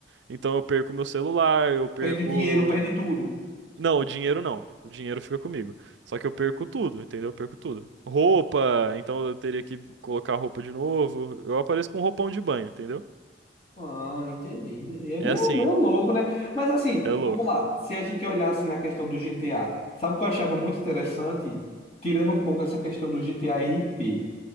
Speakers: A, on the right (about 80°); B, on the left (about 40°).
A: Então eu perco meu celular, eu perco.
B: Perde dinheiro, perde tudo.
A: Não, o dinheiro não. O dinheiro fica comigo. Só que eu perco tudo, entendeu? Eu perco tudo. Roupa, então eu teria que colocar roupa de novo. Eu apareço com um roupão de banho, entendeu?
B: Ah, entendi, entendi. É
A: É
B: meio,
A: assim,
B: meio louco, né? Mas assim,
A: é louco.
B: vamos lá. Se a gente olhasse na questão do GTA, sabe o que eu achava muito interessante? Tirando um pouco essa questão do GTA RP.